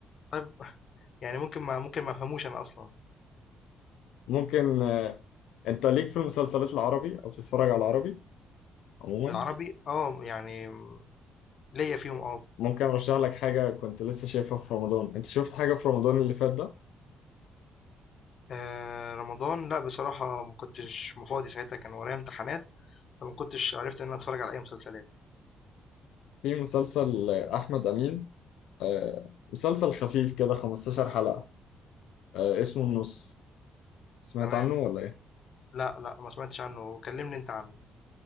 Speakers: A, on the left; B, on the left.
A: طيب يعني ممكن ما ممكن ما أفهموش أنا أصلًا.
B: ممكن آه، أنت ليك في المسلسلات العربي أو بتتفرج على العربي عموما
A: العربي آه، يعني ليّا فيهم آه.
B: ممكن ارشح لك حاجه كنت لسه شايفها في رمضان انت شفت حاجه في رمضان اللي فات ده
A: آآ رمضان لأ، بصراحة ما كنتش فاضي ساعتها كان ورايا امتحانات، فما كنتش عرفت إن أنا أتفرّج على أي مسلسلات.
B: في مسلسل آه، احمد امين آه، مسلسل خفيف كده 15 حلقه آه، اسمه النص سمعت
A: تمام.
B: عنه ولا ايه
A: لأ، لأ، ما سمعتش عنّه، كلّمني أنت عنّه.